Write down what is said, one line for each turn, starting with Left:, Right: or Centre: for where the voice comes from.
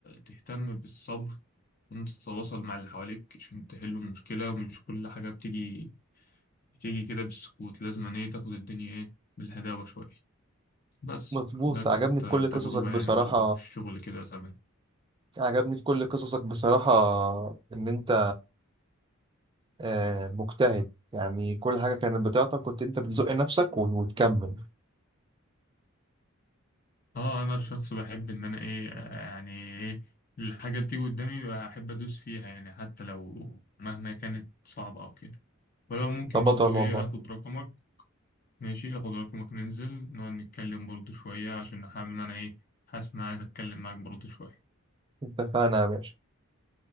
Left: تهتم بالصبر وإن أنت تتواصل مع اللي حواليك عشان تحل المشكلة ومش كل حاجة بتيجي بتيجي كده بالسكوت لازم إن إيه تاخد الدنيا إيه بالهداوة شوية بس
Right: مظبوط
Left: ده كانت
Right: عجبني في كل قصصك
Left: تجربة
Right: بصراحة
Left: يعني برضه في الشغل كده زمان.
Right: عجبني في كل قصصك بصراحة ان انت آه، مجتهد يعني كل حاجة كانت بتاعتك كنت انت بتزق نفسك و- وتكمل
Left: اه انا شخص بحب ان انا ايه آه، يعني ايه الحاجه اللي تيجي قدامي بحب ادوس فيها يعني حتى لو مهما كانت صعبه او كده ولو ممكن
Right: انت بطل
Left: برضو
Right: والله
Left: ايه اخد رقمك ماشي اخد رقمك ننزل نقعد نتكلم برضو شويه عشان حابب ان انا ايه حاسس ان انا عايز اتكلم معاك برضو شويه
Right: اتفقنا يا باشا